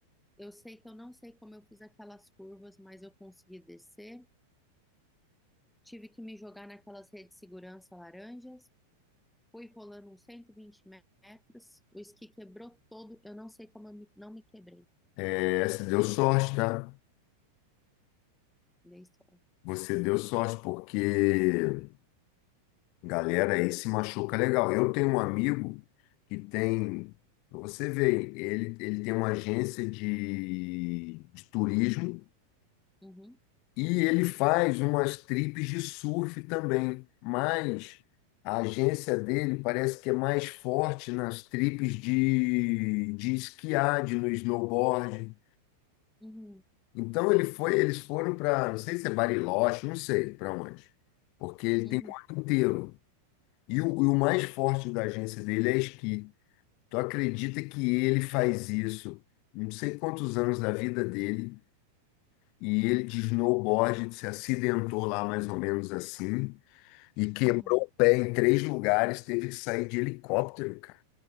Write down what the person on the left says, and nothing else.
Essa deu sorte, tá?
Você deu sorte, porque galera aí se machuca legal. Eu tenho um amigo que tem, pra você ver, ele, ele tem uma agência de, de turismo.
E ele faz umas trips de surf também, mas a agência dele parece que é mais forte nas trips de, de esquiar, de no snowboard.
Então ele foi, eles foram para, não sei se é Bariloche, não sei para onde, porque ele
tem o ano inteiro. E o, e o mais forte da agência dele é esqui. Tu acredita que ele faz isso? Não sei quantos anos da vida dele. E ele de snowboard se acidentou lá mais ou menos assim. E quebrou
o pé em três lugares, teve que sair de helicóptero, cara.